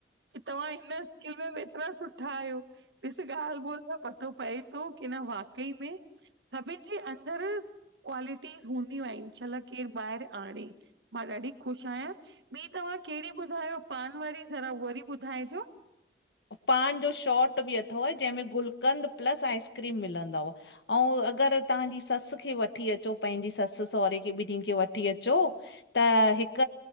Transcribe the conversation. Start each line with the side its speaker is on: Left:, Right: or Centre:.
Right: की तव्हां हिन स्किल में एतरा सुठा आहयो ॾिस ॻाल्ह ॿोल त पतो पए की न वाकई में सभिन जे अंदर क्वालिटीस हूंदियूं आहिन छलक के बाहेर आडें मां ॾाढी ख़ुश आहयां। ॿीं तव्हां केहड़ी ॿुधायो पान वारी ज़रा वरी ॿुधाइजो।
Left: पान जो शॉट बि अथव जेंहमें गुलकंद प्लस आइस्क्रीम मिलंदव। अंऊ अगर तव्हांजी सस खे वठी अचो पंहिंजी सस सहुरे खे ॿिन्नि खे वठी अचो त हिक